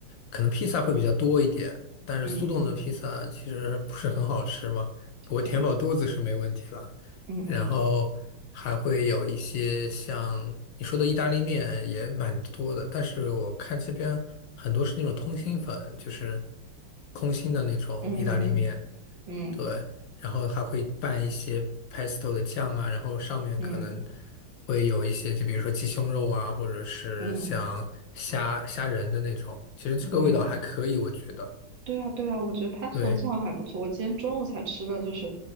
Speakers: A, on the left (about 65°); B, on the right (about 60°).
A: 可能披萨会比较多一点，但是速冻的披萨其实不是很好吃嘛，
B: 嗯嗯，
A: 不过填饱肚子是没问题了。
B: 对，嗯嗯
A: 然后还会有一些像你说的意大利面也蛮多的，但是我看这边很多是那种通心粉，就是空心的那种意大利面，
B: 嗯嗯嗯
A: 对，然后还会拌一些 pesto 的酱啊，然后上面可能
B: 嗯嗯
A: 会有一些，就比如说鸡胸肉啊，或者是像虾虾仁的那种。
B: 嗯。
A: 其实这个味道还可以，
B: 嗯
A: 我觉得。
B: 对啊，对啊，我觉得 pesto
A: 对
B: 酱还不错。我今天中午才吃的就是